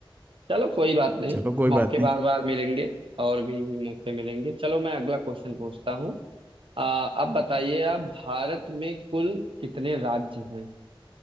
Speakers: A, on the right (about 65°); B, on the right (about 20°).
A: चलो कोई बात नहीं
B: चलो कोई
A: मौके
B: बात नहीं
A: बार बार मिलेंगे और भी मौके मिलेंगे चलो मैं अगला क्वेश्चन पूछता हूँ आ, अब बताइए आप भारत में कुल कितने राज्य हैं